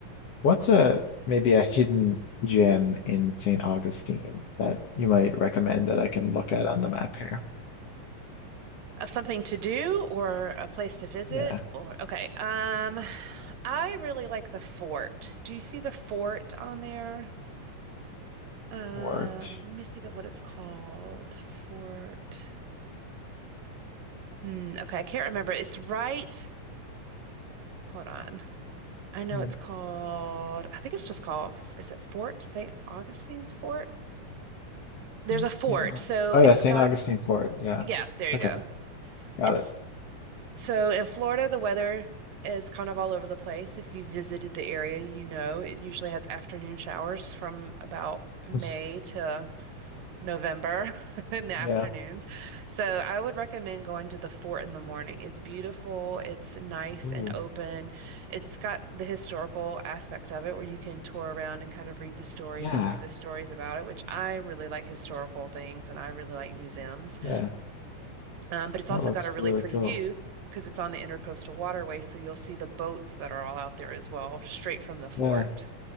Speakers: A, on the left; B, on the right.
A: what's a maybe a hidden gem in St. Augustine that you might recommend that I can look at on the map here?
B: Of something to do or a place to visit
A: Yeah,
B: or okay. Um, I really like the fort. Do you see the fort on there? Uh,
A: Fort.
B: let me think of what it's called. Fort. Hmm, okay, I can't remember. It's right. Hold on. I know
A: Hmm,
B: it's called. I think it's just called. Is it Fort St. Augustine's Fort? There's
A: hmm,
B: a fort,
A: St. Au-
B: so
A: Oh yeah,
B: it's
A: St.
B: got.
A: Augustine Fort. Yeah.
B: Yeah, there you
A: Okay,
B: go.
A: got
B: It's
A: it.
B: So in Florida, the weather is kind of all over the place. If you visited the area, you know it usually has afternoon showers from about May
A: <laughs>
B: to November <laughs> in the afternoons.
A: Yeah.
B: So I would recommend going to the fort in the morning. It's beautiful, it's nice
A: Ooh.
B: and open. It's got the historical aspect of it where you can tour around and kind of read the stories
A: Yeah.
B: and hear the stories about it, which I really like historical things and I really like museums.
A: Yeah.
B: Um, but it's
A: That
B: also
A: looks
B: got a really
A: really
B: pretty
A: cool.
B: view because it's on the Intercoastal Waterway, so you'll see the boats that are all out there as well, straight from the fort.
A: Yeah,